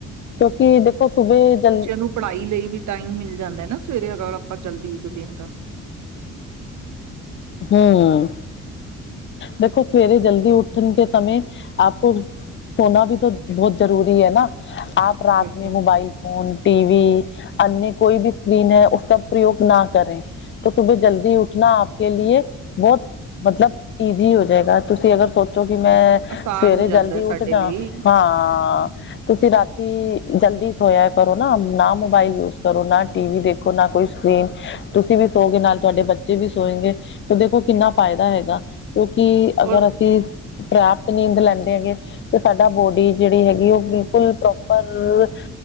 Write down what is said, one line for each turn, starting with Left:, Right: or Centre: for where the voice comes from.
Left: ਕਿਉਂਕਿ ਦੇਖੋ ਸੁਬੇ। ਜਲ
Right: ਉਹਨੂੰ ਪੜ੍ਹਾਈ ਲਈ ਵੀ ਟਾਈਮ ਮਿਲ ਜਾਂਦਾ ਨਾ, ਸਵੇਰੇ ਅਗਰ ਆਪਾਂ ਜਲਦੀ ਉੱਠਦੇ ਆ ਤਾਂ।
Left: ਹੂੰ, ਦੇਖੋ ਸਵੇਰੇ ਜਲਦੀ ਉਠਣ ਕੇ ਸਮੇਂ ਆਪੋ ਸੋਨਾ ਵੀ ਤੋਂ ਬਹੁਤ ਜ਼ਰੂਰੀ ਹੈ ਨਾ, ਆਪ ਰਾਤ
Right: ਬਿਲਕੁਲ
Left: ਮੇ ਮੋਬਾਇਲ ਫੋਨ, ਟੀ ਵੀ, ਅਨਅ ਕੋਈ ਵੀ ਸਕਰੀਨ ਹੈ, ਉਸਕਾ ਪ੍ਰਯੋਗ ਨਾ ਕਰੇ। ਤੇ ਸੁਬੇ ਜਲਦੀ ਉਠਣਾ, ਕੇ ਲੀਏ, ਬਹੁਤ ਮਤਲਬ ਈਜ਼ੀ ਹੋ ਜਾਏਗਾ, ਤੁਸੀਂ ਅਗਰ ਸੋਚ ਚੋ ਕਿ ਮੈਂ,
Right: ਆਸਾਨ
Left: ਸਵੇਰੇ
Right: ਹੋ ਜਾਂਦਾ
Left: ਜਲਦੀ ਉੱਠ
Right: ਸਾਡੇ
Left: ਜਾ,
Right: ਲਈ
Left: ਹਾਂ। ਤੁਸੀਂ ਰਾਤੀ ਜਲਦੀ ਸੋਇਆ ਕਰੋ ਨਾ। ਨਾ ਮੋਬਾਈਲ ਯੂਜ ਕਰੋ, ਨਾ ਟੀ ਵੀ ਦੇਖੋ, ਨਾ ਕੋਈ ਸਕਰੀਨ। ਤੁਸੀਂ ਵੀ ਸੋਓਗੇ, ਨਾਲ ਤੁਹਾਡੇ ਬੱਚੇ ਵੀ ਸੋਏਗੇ ਤੇ ਦੇਖੋ ਕਿੰਨਾ ਫਾਇਦਾ ਹੈਗਾ, ਕਿਉਂਕਿ ਅਗਰ
Right: ਔਰ
Left: ਅਸੀਂ ਪ੍ਰਾਪਤ ਨੀਂਦ ਲੈਂਦੇ ਹੈਗੇ, ਤੇ ਸਾਡਾ ਬੋਡੀ ਜਿਹੜੀ ਹੈਗੀ ਉਹ ਬਿਲਕੁਲ ਪ੍ਰੋਪਰ,